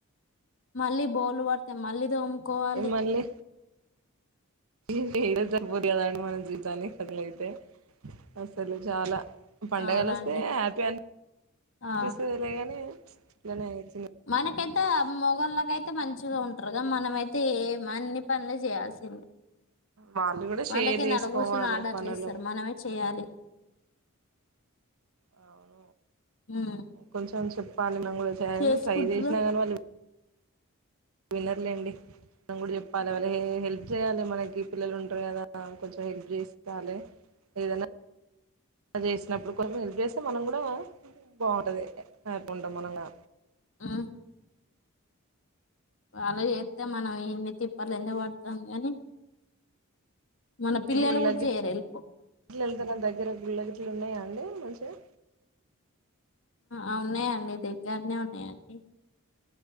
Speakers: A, on the left; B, on the right.
A: మళ్ళీ బోల్లు పడితే మళ్ళీ దోముకోవాలి
B: అవును మళ్ళీ ఇదే సరిపోద్ది కదా అండి మన జీవితానికి అదలైతే అసలు చాలా పండగలు
A: అవునండి
B: వస్తే హ్యాపీ అని
A: ఆ
B: పిస్తుంది లేగాని ఇట్లనైతే
A: <inaudible> అంటతే మొగళ్ళకయితే మంచిగా ఉంటారు క మనమైతే ఏమ అన్ని పనులే చేయాల్సిందే
B: వాళ్ళు కూడా
A: వాళ్ళకే
B: షేర్ చేసుకోవాలి
A: నడ కూసుని ఆడట్లు
B: పనులు
A: ఇస్తారు మనమే చేయాలి
B: అ అవును
A: హ్మ్
B: కొంచెం అం చెప్ పాలన
A: చేసుకుంటున్నా
B: ట్రై చేససిన గానీ విన్నర్లేండి మనం కూడా చెప్పాలి వాళ్ళ ఏ హెల్ప్ చేయాలి మనకి పిల్లలు ఉంటారు కదా కొంచెం హెల్ప్ చేసుకోాలి ఏదన్నా చేసినప్పుడు కొంచెం హెల్ప్ చేస్తే మనం కూడా బాగుంటుంది హప్కుంటాం మనగా
A: ఆ వాళ్ళ చేస్తే మనం ఇన్ని తిప్పలు ఎందుకు పడుతాం గాని మన పిల్లలు
B: గుళ్ళగిట్
A: కూడా చేయరు వెళ్ళిపో
B: వెళ్తను దగ్గర గుళ్ళగిట్లు ఉన్నాయా ఉడి మంచిగా
A: ఆ ఉన్నాయండి దగ్గరనే ఉన్నాయండి